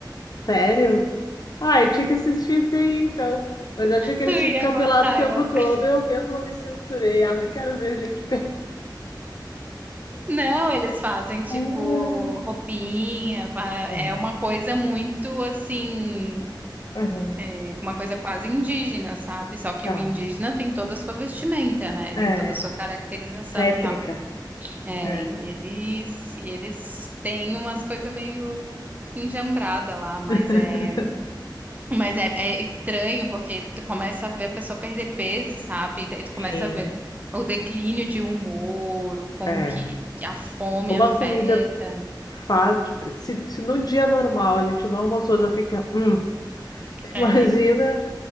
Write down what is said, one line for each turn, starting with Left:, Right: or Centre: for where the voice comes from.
Left: Sério? Ai, tinha que assistir isso aí então. Mas eu achei que eles
Right: Tu
Left: iam ficar
Right: ia gostar,
Left: pelados o tempo
Right: eu...
Left: todo.
Right: <laughs>
Left: Eu mesma me censurei. Ah, não quero ver gente <laughs> pelada.
Right: Não, eles fazem tipo
Left: Ah,
Right: roupinha, fa-
Left: aham,
Right: é uma coisa muito assim,
Left: aham,
Right: é, uma coisa quase indígena, sabe? Só que
Left: tá.
Right: o indígena tem toda a sua vestimenta, né? Tem
Left: É,
Right: toda a sua caracterização
Left: técnica.
Right: e tal. É,
Left: É.
Right: e eles, e eles têm umas coisas meio enjambrada lá, mas
Left: <laughs>
Right: é Mas é, é estranho porque tu começa a ver a pessoa perder peso, sabe? E daí tu
Left: Sim.
Right: começa a ver o declínio de humor, o como
Left: É.
Right: que que a fome
Left: Como
Right: afeta.
Left: a comida faz. dif- Se, se no dia normal a gente não almoçou, já fica. Hum, tu
Right: É.
Left: imagina